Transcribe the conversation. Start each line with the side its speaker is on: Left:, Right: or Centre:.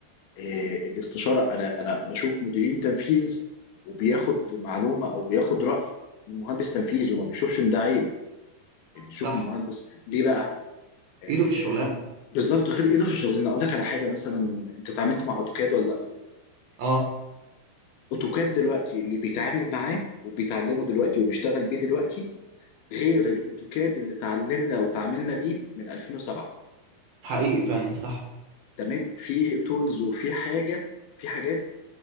Left: آه، الاستشارة أنا أنا بشوف مديرين تنفيذ وبياخد معلومة أو بياخد رأي من مهندس تنفيذ وما بيشوفش إن ده عيب بيشوف
Right: صح
Left: المهندس ليه بقى؟ آه
Right: إيده في الشغلانة
Left: بالظبط غير ايده في الشغلانه اقول لك على حاجه مثلا انت اتعاملت مع اوتوكاد ولا لا؟
Right: أه
Left: اوتوكاد دلوقتي اللي بيتعامل معاه وبيتعلمه دلوقتي وبيشتغل بيه دلوقتي غير الاوتوكاد اللي اتعلمنا وتعاملنا بيه من 2007
Right: حقيقي فعلا صح
Left: تمام في تولز وفي حاجه في حاجات